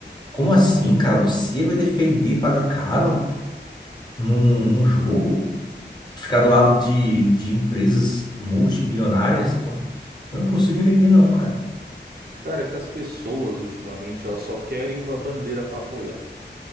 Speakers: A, on the left (about 20°); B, on the right (about 55°).
A: Como assim, cara? Você vai defender pagar caro num, num jogo? Ficar do lado de, de empresas multimilionárias? Pô, eu não consigo entender, não, cara.
B: Cara, é que as pessoas ultimamente elas só querem uma bandeira pra apoiar.